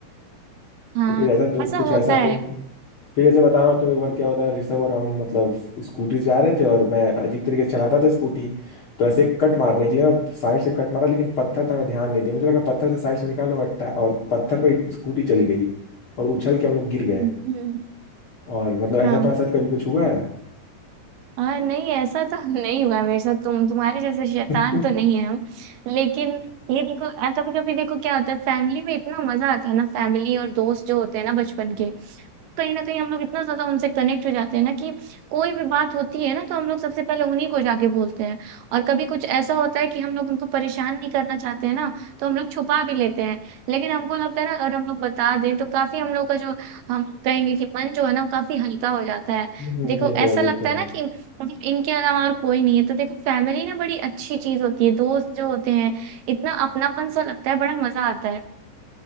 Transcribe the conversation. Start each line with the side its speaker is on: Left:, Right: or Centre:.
Right: हाँ
Left: तो कुछ ऐसा तुम
Right: ऐसा
Left: कुछ ऐसा
Right: होता है
Left: तुम फिर ऐसे बता रहा हूँ तुम एक बार क्या होता है ऋषभ और हम मतलब स्कूटी जा रहे थे और मैं अजीब तरीके से चलाता था स्कूटी तो ऐसे कट मारने के लिए मैं साइड से कट मारा लेकिन पत्थर था मैं ध्यान नहीं दिया मुझे लगा पत्थर से साइड से निकालूंगा टा- और पत्थर पे स्कूटी चली गई और उछल के हम लोग गिर गए
Right: हम्म,
Left: और मतलब ऐसा
Right: हाँ
Left: तुम्हारे साथ कभी कुछ हुआ है
Right: हाँ नहीं ऐसा तो <laughs> नहीं हुआ है मेरे साथ तुम तुम्हारे जैसे शैतान
Left: <laughs>
Right: तो नहीं है हम लेकिन ये देखो कभी कभी देखो क्या होता है फैमिली में इतना मजा आता है ना फैमिली और दोस्त जो होते हैं ना बचपन के कहीं ना कहीं हम लोग इतना ज्यादा उनसे कनेक्ट हो जाते हैं ना कि कोई भी बात होती है ना तो हम लोग सबसे पहले उन्हीं को जाके बोलते हैं और कभी कुछ ऐसा होता है कि हम लोग उनको परेशान नहीं करना चाहते हैं ना तो हम लोग छुपा भी लेते हैं लेकिन हमको लगता है ना अगर हम लोग बता दें तो काफी हम लोग का जो हम कहेंगे कि मन जो है ना वो काफी हल्का हो जाता है
Left: हम्म,
Right: देखो
Left: ये तो
Right: ऐसा
Left: है ये
Right: लगता
Left: तो है
Right: है ना कि मतलब इनके अलावा और कोई नहीं है तो देखो फैमिली ना बड़ी अच्छी चीज होती है दोस्त जो होते हैं इतना अपनापन सा लगता है बड़ा मजा आता है